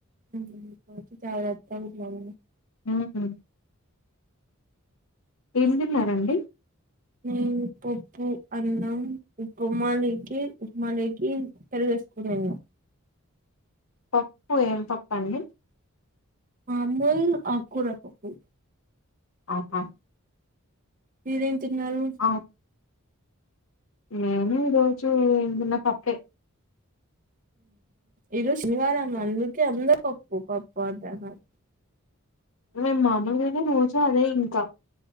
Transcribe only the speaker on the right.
హ్మ్ జాగ్రత్తగా ఉండమను
హ్మ్. పప్పు అన్నం ఉప్పమాలకి ఉప్మాలోకి పెరుగేసుకోని తిన్న
మాముల్ ఆకుకూర పప్పు
మీరేం తిన్నారు
ఇది శనివారం అందుకి అందుకే పప్పు పప్పు అంటన్నారు